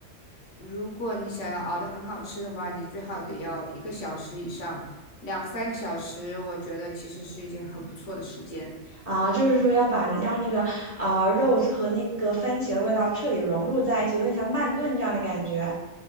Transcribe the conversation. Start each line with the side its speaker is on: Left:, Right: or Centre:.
Left: 如果你想要熬得很好吃的话，你最好得要一个小时以上，两三个小时，我觉得其实是一件很不错的时间。
Right: 啊，就是说要把让那个呃肉是和那个番茄的味道彻底融入在一起，有点像慢炖这样的感觉。